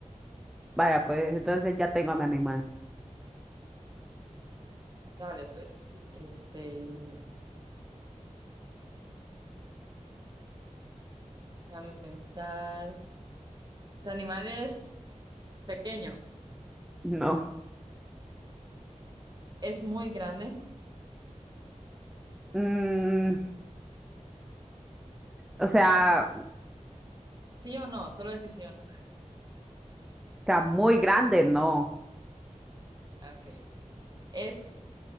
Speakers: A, in the centre; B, on the right.
A: Vaya, pues entonces ya tengo a mi animal.
B: dale, pues. Este, déjame pensar. ¿Tu animal es pequeño?
A: No.
B: ¿Es muy grande?
A: Mm, o sea, o
B: ¿Sí o no? Solo decís sí o no.
A: sea, muy grande, no.
B: <laughs> Ok. ¿Es